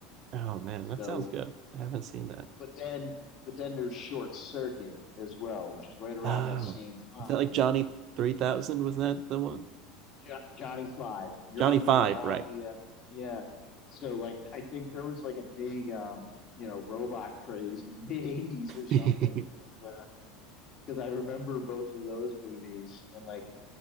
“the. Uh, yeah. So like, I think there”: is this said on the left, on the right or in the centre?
Left